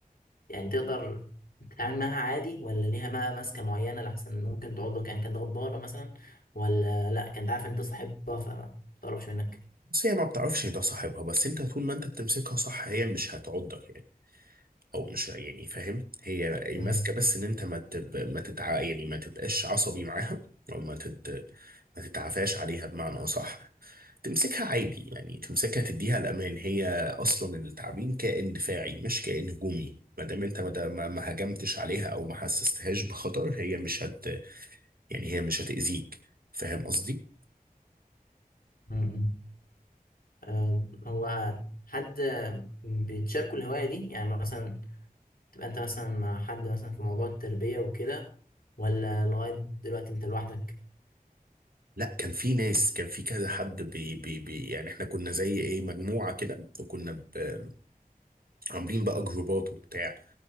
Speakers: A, on the left (about 70°); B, on the right (about 75°).
A: يعني تقدر تتعامل معاها عادي ولا ليها بقى ماسكة معينة لحسن ممكن تعضك يعني كانت غدارة مثلا ولا لأ كانت عارفة أنت صاحبها فما بتقربش منك
B: بس هي ما بتعرفش ده صاحبها بس انت طول ما انت بتمسكها صح هي مش هتعضك يعني او مش يعني فاهم هي
A: مم.
B: الماسكه بس ان انت ما تب... ما تتع يعني ما تبقاش عصبي معاها او ما تت... ما تتعافاش عليها بمعنى اصح تمسكها عادي يعني تمسكها تديها الامان هي اصلا التعبين كائن دفاعي مش كائن هجومي ما دام انت ما ما ما هجمتش عليها او ما حسستهاش بخطر هي مش هت يعني هي مش هتأذيك فاهم قصدي
A: مم. آه، هو حد بيتشاركوا الهواية دي يعني مثلا تبقى انت مثلا مع حد مثلا في موضوع التربية وكده ولا لغاية دلوقتي انت لوحدك
B: لا كان في ناس كان في كذا حد بي بي بي يعني احنا كنا زي ايه مجموعه كده وكنا ب... عاملين بقى جروبات وبتاع